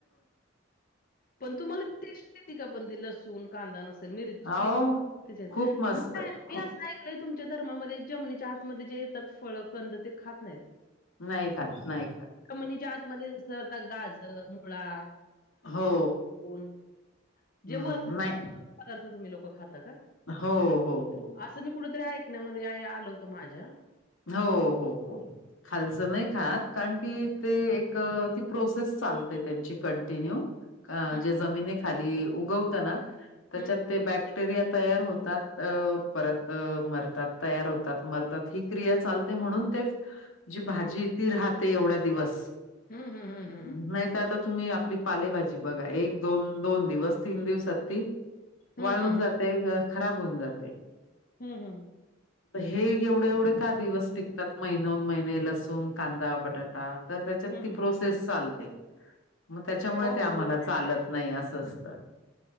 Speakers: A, on the left; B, on the left.
A: पण तुम्हाला त टेस्ट, येती का पण ती लसूण कांदा नसेल मिरची
B: हो
A: म मी
B: खूप मस्त खू-
A: असं ऐकलंय तुमच्या धर्मामध्ये जमनीच्या आत मध्ये जे येतात फळ कंद ते खात नाहीत.
B: नाही खात नाही खात
A: कमिनीचा आत मध्ये जस आता गाजर मुळा.
B: हो
A: कोल
B: हम्म
A: जे वर
B: नाही
A: <inaudible> पदार्थ तुम्ही लोक खाता का
B: हो, हो, हो,
A: अस मी कुठेतरी ऐकण्यामध्ये आल होतं माझ्या
B: हो हो हो खालचं नाही खात कारण की ते एक ती प्रोसेस चालते त्यांची कंटिन्यू अ
A: हं,
B: जे जमिनी खाली उगवत ना, त्याच्यात
A: हं,
B: ते बॅक्टेरिया तयार होत तात परत मरतात तयार होतात मरतात ही क्रिया चालते म्हणून ते, जी भाजी ती राहते एवढ्या दिवस.
A: हं, हं, हं, हं,
B: नाही तर आता तुम्ही आपली पालेभाजी बघा एक दोन दोन दिवस तीन दिवसाती
A: हं,
B: वाळून
A: हं,
B: जात
A: हं,
B: ते खराब होऊन जाते.
A: हम्म हम्म
B: हे एवढे एवढे का दिवस टिकतात महिन्याहुन महिने लसूण, कांदा, बटाटा. तर त्याच्यात
A: हं,
B: ती
A: हं.
B: प्रोसेस चालते. मग त्याच्यामुळे,
A: हो
B: ते आम्हाला
A: हो बरोबर
B: चालत
A: आहे, बरोबर
B: नाही
A: आहे.
B: असं असतं.